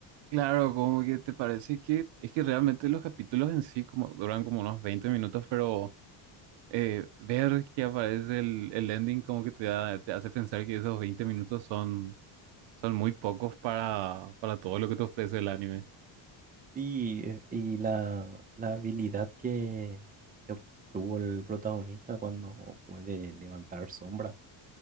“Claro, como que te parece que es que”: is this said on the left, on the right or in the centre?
Right